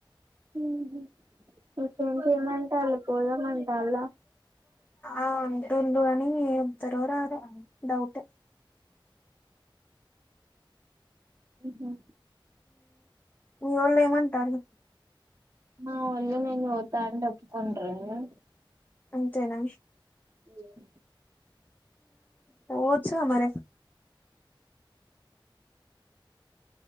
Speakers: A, on the right; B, on the left.
A: ఉహు ఇంకేం చేయమంటాన్లు పోదాంఅంటాన్ల
B: ఆ అంటుండు గని అత్తారో రారో డౌటే
A: ఉహు
B: మీఒళ్ళు ఏం అంటాన్లు
A: మా ఒళ్ళు నేను పోతా అంట ఒప్పుకుంటర్కని
B: అంతేనా
A: ఉమ్
B: పోవచ్చుగా మరి